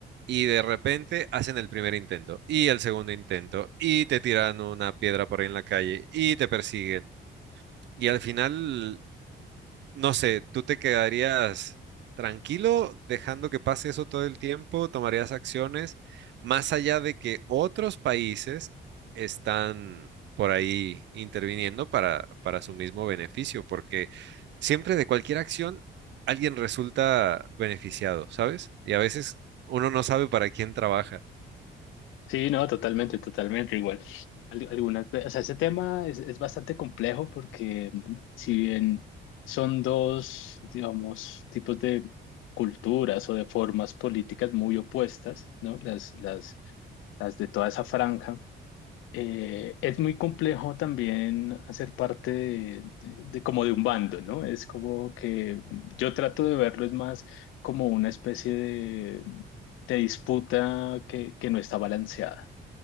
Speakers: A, on the right; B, on the left.
A: y de repente hacen el primer intento y el segundo intento y te tiran una piedra por ahí en la calle y te persiguen. Y al final No sé, ¿tú te quedarías tranquilo dejando que pase eso todo el tiempo? ¿Tomarías acciones más allá de que otros países están por ahí interviniendo para, para su mismo beneficio? Porque siempre de cualquier acción alguien resulta beneficiado, ¿sabes? Y a veces uno no sabe para quién trabaja.
B: Sí, no, totalmente, totalmente igual. Al- Algunas, ve- o sea, ese tema es, es bastante complejo porque mm, si bien son dos, digamos, tipos de culturas o de formas políticas muy opuestas, ¿no? Las, las, las de toda esa franja eh, es muy complejo también hacer parte de, de- de como de un bando, ¿no? Es como que yo trato de verlo es más como una especie de, de disputa que, que no está balanceada.